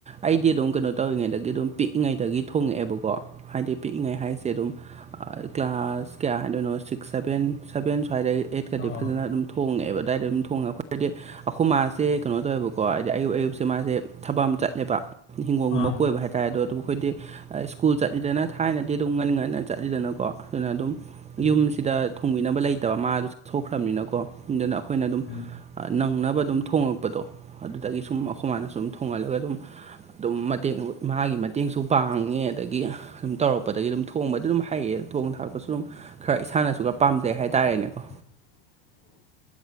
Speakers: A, on the right; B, on the left.
A: ꯑꯩꯗꯤ ꯑꯗꯨꯝ ꯀꯩꯅꯣ ꯇꯧꯔꯤꯉꯩꯗꯒꯤ ꯑꯗꯨꯝ ꯄꯤꯛꯏꯉꯩꯗꯒꯤ ꯊꯣꯡꯉꯛꯑꯦꯕꯀꯣ ꯍꯥꯏꯗꯤ ꯄꯤꯛꯏꯉꯩ ꯍꯥꯏꯁꯦ ꯑꯗꯨꯝ ꯀ꯭ꯂꯥꯁ ꯀꯌꯥ ꯍꯥꯏꯗꯣꯏꯅꯣ ꯁꯤꯛꯁ ꯁꯚꯦꯟ ꯁꯕꯦꯟ ꯁ꯭ꯋꯥꯏꯗꯩ ꯑꯩꯠꯀꯗꯤ
B: ꯑꯣ
A: ꯐꯖꯅ ꯑꯗꯨꯝ ꯊꯣꯡꯉꯦ ꯑꯗꯥꯏꯗ ꯗꯨꯝ ꯍꯥꯏꯗꯤ ꯑꯩꯈꯣꯏ ꯃꯥꯁꯦ ꯀꯩꯅꯣ ꯇꯧꯋꯦꯕꯀꯣ ꯍꯥꯏꯗꯤ ꯑꯌꯨꯛ ꯑꯌꯨꯛꯁꯦ ꯃꯥꯁꯦ ꯊꯕꯛ ꯑꯃ ꯆꯠꯂꯦꯕ ꯍꯤꯡꯒꯣꯟꯒꯨꯝꯕ
B: ꯑꯥ
A: ꯀꯣꯏꯕ ꯍꯥꯏꯇꯥꯔꯦ ꯑꯗꯣ ꯈꯣꯏꯗꯤ ꯁ꯭ꯀꯨꯜ ꯆꯠꯂꯤꯗꯅ ꯊꯥꯏꯅꯗꯤ ꯑꯗꯨꯝ ꯉꯟ ꯉꯟꯅ ꯆꯠꯂꯤꯗꯅꯀꯣ ꯑꯗꯨꯅ ꯑꯗꯨꯝ
B: ꯎꯝ
A: ꯌꯨꯝꯁꯤꯗ ꯊꯣꯡꯕꯤꯅꯕ ꯂꯩꯇꯕ ꯃꯥꯗꯨ ꯆ ꯁꯣꯛꯈ꯭ꯔꯕꯅꯤꯅꯀꯣ ꯑꯗꯨꯅ ꯑꯩꯈꯣꯏꯅ ꯑꯗꯨꯝ
B: ꯎꯝ
A: ꯅꯪꯅꯕ ꯑꯗꯨꯝ ꯊꯣꯡꯉ ꯄꯗꯣ ꯑꯗꯨꯗꯒꯤ ꯁꯨꯝ ꯑꯩꯈꯣꯏꯃꯥꯏꯅ ꯁꯨꯝ ꯊꯣꯡꯍꯜꯂꯒ ꯑꯗꯨꯝ ꯑꯗꯨꯝ ꯃꯇꯦꯡ ꯏꯃꯒꯤ ꯃꯇꯦꯡꯁꯨ ꯄꯥꯡꯉꯦ ꯑꯗꯒꯤ ꯑꯗꯨꯝ ꯇꯧꯔꯛꯄꯗꯒꯤ ꯑꯗꯨꯝ ꯊꯣꯡꯕꯗꯤ ꯑꯗꯨꯝ ꯍꯩꯌꯦ ꯊꯣꯡ ꯊꯥꯛꯄꯁꯨ ꯑꯗꯨꯝ ꯈꯔ ꯏꯁꯥꯅꯁꯨ ꯈꯔ ꯄꯥꯝꯖꯩ ꯍꯥꯏꯇꯥꯔꯦꯅꯦꯀꯣ
B: <unintelligible>